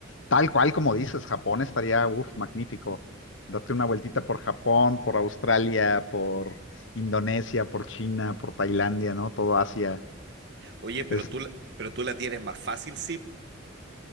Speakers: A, on the left; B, on the right.
A: tal cual como dices, Japón estaría, uff, magnífico. Date una vueltita por Japón, por Australia, por Indonesia, por China, por Tailandia, ¿no? Todo Asia.
B: Oye, pero
A: Es,
B: tú, la- pero tú la tienes más fácil, sí.